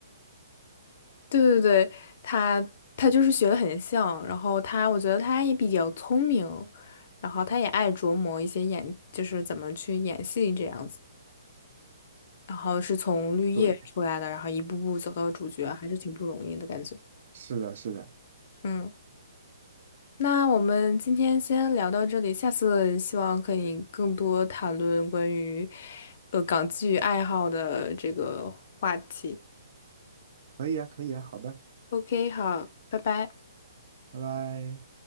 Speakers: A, on the left (about 50°); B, on the right (about 55°).
A: 对对对，他他就是学的很像，然后他我觉得他也比较聪明，然后他也爱琢磨一些演，就是怎么去演戏这样子，然后是从绿叶出来的，
B: <laughs> 对，
A: 然后一步步走到主角，还是挺不容易的感觉，
B: 是的，是的，
A: 嗯。那我们今天先聊到这里，下次希望可以更多谈论关于呃港剧爱好的这个话题。
B: 可以啊，可以啊，好的。
A: OK，好，拜拜。
B: 拜拜。